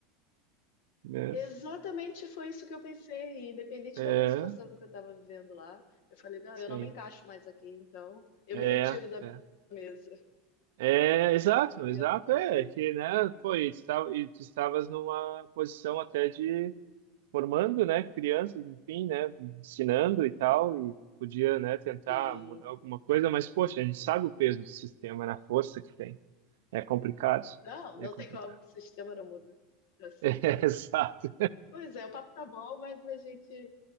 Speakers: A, on the right; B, on the left.
A: né?
B: Exatamente foi isso que eu pensei, independente
A: É,
B: da minha situação que eu estava vivendo lá. Eu falei, não,
A: sim.
B: eu não me encaixo mais aqui, então eu
A: É,
B: me retiro da
A: é.
B: mesa.
A: É, exato,
B: E
A: exato,
B: eu deixei.
A: é que, né, pô, e tu, estava, e tu estavas numa posição até de, formando, né, crianças, enfim, né, ensinando e tal, e podia, né, tentar
B: Sim.
A: mudar alguma coisa, mas, poxa, a gente sabe o peso do sistema, na força que tem. É complicado,
B: Não,
A: é
B: não
A: complicado.
B: tem como, o sistema
A: <laughs>
B: não muda. Assim.
A: É, exato.
B: Pois é, o papo tá bom, mas a gente